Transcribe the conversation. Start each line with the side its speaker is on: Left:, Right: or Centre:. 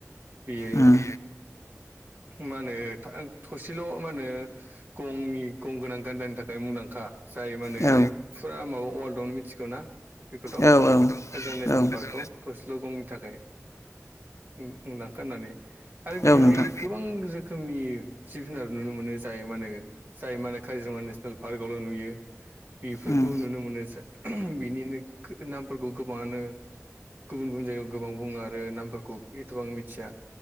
Right: बि ए
Left: उम
Right: मा होनो थसेल' मा होनो गंनि गं गोनां गान्दानि थाखाय खाय मुंदांखा जायो म होनो
Left: औ
Right: फुरा माबा वर््डआवनो मिथिगौ ना बेखौथ'
Left: औ
Right: काजिर नेसनेल
Left: औ
Right: पार्कखौस ्लगंनि थाखाय मुंदांखानानै आरो बेहाय
Left: औ नोंथां
Right: गोबां जोम नि सिब जुनार नुनो मोनो जाय माने जाय माने काजिरङा नेसनेल। पार्कआवल' नुयो। बेफोरखौ
Left: उम
Right: नुनो मोनो बिनिनो नामफोरखौ गोबाङानो। गुबुन गुबुन जायगायाव गोबां बुङो आरो नामफोरखौ एथबां मिथिया